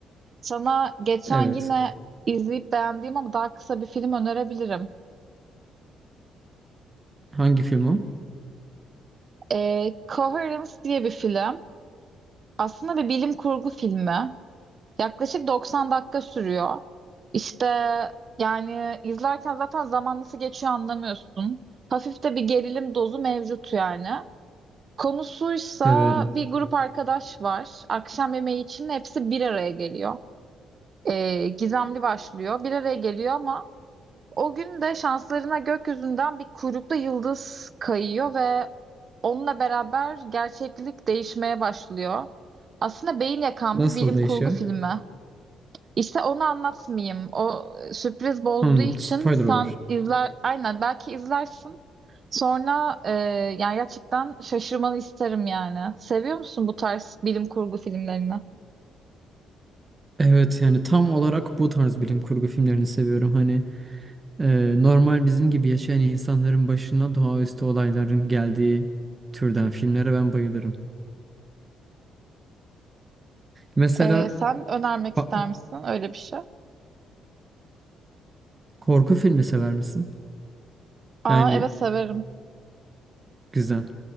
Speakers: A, on the right; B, on the right.
A: sana geçen
B: evet.
A: yine izleyip beğendiğim ama daha kısa bir film önerebilirim.
B: Hangi film o?
A: Ee, Coherence diye bir film. Aslında bir bilim kurgu filmi. Yaklaşık 90 dakika sürüyor. İşte yani izlerken zaten zaman nasıl geçiyor anlamıyorsun. Hafif de bir gerilim dozu mevcut yani. Konusuysa
B: Severim.
A: bir grup arkadaş var. Akşam yemeği için hepsi bir araya geliyor. Ee, gizemli başlıyor. Bir araya geliyor ama o gün de şanslarına gökyüzünden bir kuyruklu yıldız kayıyor ve onunla beraber gerçeklik değişmeye başlıyor. Aslında beyin yakan
B: Nasıl
A: bir bilim
B: değişiyor?
A: kurgu filmi. İşte onu anlatmayayım. O sürpriz bozduğu
B: Hmm,
A: için
B: spoiler
A: sen
B: olur.
A: izler, aynen belki izlersin. Sonra e, yani gerçekten şaşırmanı isterim yani. Seviyor musun bu tarz bilim kurgu filmlerini?
B: Evet yani tam olarak bu tarz bilim kurgu filmlerini seviyorum. Hani e, normal bizim gibi yaşayan insanların başına doğaüstü olayların geldiği türden filmlere ben bayılırım. Mesela
A: E, sen önermek
B: ba-
A: ister misin öyle bir şey?
B: korku filmi sever misin?
A: Aa
B: Yani
A: evet severim.
B: güzel.